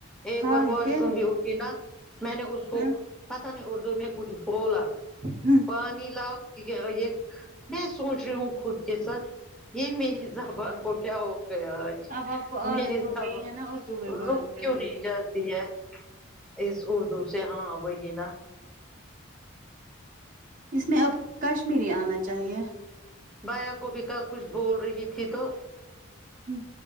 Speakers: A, in the centre; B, on the right.
A: ایک
B: ہائے
A: بار واش
B: پھر
A: روم بھی اٹھی نا میں نے اس کو
B: ہاں
A: پتا نہیں اردو میں کچھ بولا
B: ہمم
A: پانی لاؤ یہ یہ میں سوچ رہی ہوں خود کے ساتھ یہ میری زبان کو کیا ہو گیا آج
B: اب آپ کو عادت
A: میرے
B: ہو
A: ربا
B: گئی ہے نا اردو میں
A: تو
B: بات
A: رک
B: کرنے
A: کیوں نہیں
B: کی
A: جات تی ہے اس اردو سے ہاں وہی ہیں نا
B: اس میں اب کشمیری آنا چاہیے
A: بھیا کو بھی کل کچھ بول رہی تھی تو
B: ہوں